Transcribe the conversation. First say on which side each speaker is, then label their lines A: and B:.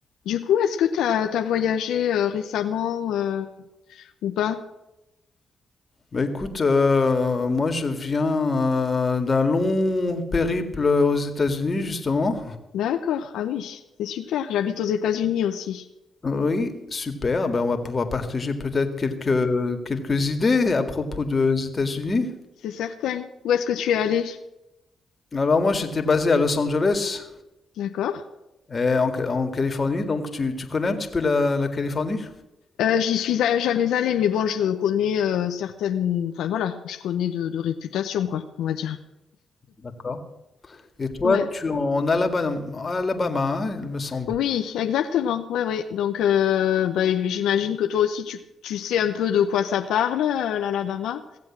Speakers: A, on the left; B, on the left.
A: Du coup, est-ce que t'as t'as voyagé euh, récemment euh, ou pas?
B: Bah écoute, euh, moi je viens euh, d'un long périple aux États-Unis justement.
A: D'accord. Ah oui, c'est super. J'habite aux États-Unis aussi.
B: Euh, oui, super. Ben on va pouvoir partager peut-être quelques, quelques idées à propos des États-Unis.
A: C'est certain. Où est-ce que tu es allé?
B: Alors moi j'étais basé à Los Angeles
A: D'accord.
B: et en, Ca- en Californie, donc tu, tu connais un petit peu la, la Californie?
A: Euh, j'y suis a- jamais allée, mais bon, je connais euh, certaines. Enfin voilà, je connais de, de réputation, quoi, on va dire.
B: D'accord. Et toi,
A: Ouais.
B: tu es en Alabama, Alabama, hein, il me semble.
A: Oui, exactement. Ouais, ouais. Donc, euh, bah, j'imagine que toi aussi, tu tu sais un peu de quoi ça parle, euh, l'Alabama.